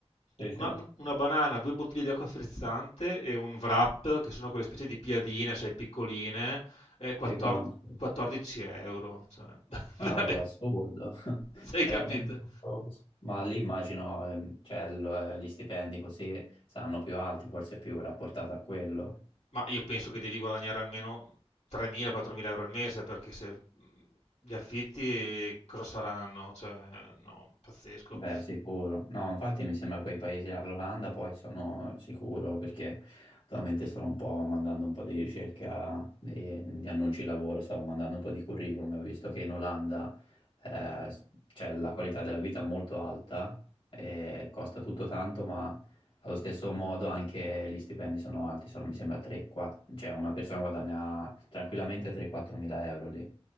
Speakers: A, on the left; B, on the left.
A: Sì,
B: Una,
A: sì,
B: un- una banana, due bottiglie di acqua frizzante e un wrap, che sono quelle specie di piadine, sai, piccoline, e 14,
A: sì, conosco.
B: 14 euro. Cioè, <laughs>
A: Cavolo,
B: vabbè,
A: assurdo, <laughs>
B: sei
A: veramente
B: capito?
A: costoso. Ma lì immagino, ehm, cioè, lo- eh, gli stipendi così saranno più alti, forse più rapportato a quello.
B: Ma io penso che devi guadagnare almeno 3.000-4.000 euro al mese, perché se mh, gli affitti cosa saranno? Cioè, no, pazzesco.
A: Beh, sicuro. No, infatti mi sembra quei paesi, là, l'Olanda poi sono sicuro perché attualmente sto un po' mandando un po' di ricerca di, di annunci di lavoro, stavo mandando un po' di curriculum e ho visto che in Olanda eh, s- c'è la qualità della vita molto alta, e costa tutto tanto, ma allo stesso modo anche gli stipendi sono alti, sono mi sembra 3-4, cioè una persona guadagna tranquillamente 3-4 mila euro lì